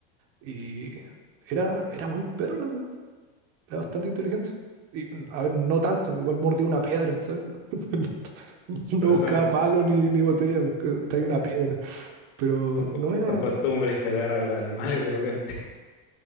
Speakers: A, on the right; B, on the left.
A: y era, era buen perro, la verdad, era bastante inteligente. Y, a ver, no tanto, igual mordía una piedra, ¿sabes? <laughs> No
B: pero
A: buscaba
B: son,
A: palo ni, ni botella, buscaba- traía una piedra. Pero
B: son, co-
A: no era,
B: son costumbres que agarran los animales de repente.